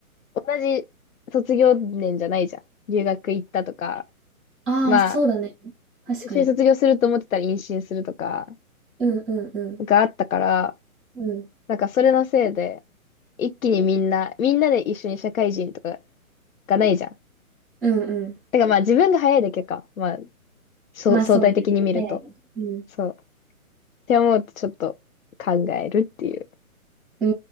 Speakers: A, on the left; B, in the centre.
A: 同じ卒業年じゃないじゃん。留学行ったとか、
B: ああ、
A: まあ、
B: そうだね。確かに。
A: 一緒に卒業すると思ってたら妊娠するとか、
B: うんうんうん。
A: があったから、
B: うん。
A: なんかそれのせいで、一気にみんな、みんなで一緒に社会人とかがないじゃん。
B: うんうん。
A: だからまあ自分が早いだけか。まあ、そう相対的に見ると。
B: まあそうね。早いね。う
A: そう。って思うとちょっと考えるっていう。
B: ん。う